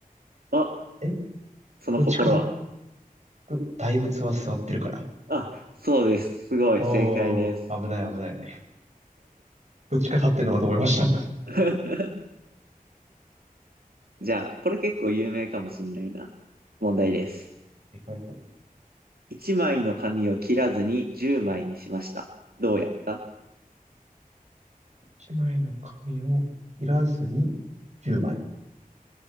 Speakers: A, on the right (about 85°); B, on the right (about 50°).
A: うお、
B: え
A: その心は。
B: どっちか立っ、大仏は座ってるから。
A: あ、そうです。すごい、
B: おー、
A: 正解です。
B: 危ない危ない。どっちか立ってんのかと思いました。<laughs> は
A: <laughs> じゃあ、これ結構有名かもしんないな。問題です。
B: いはいはい。
A: 1枚の紙を切らずに10枚にしました。どうやった
B: 一枚の紙を切らずに10枚。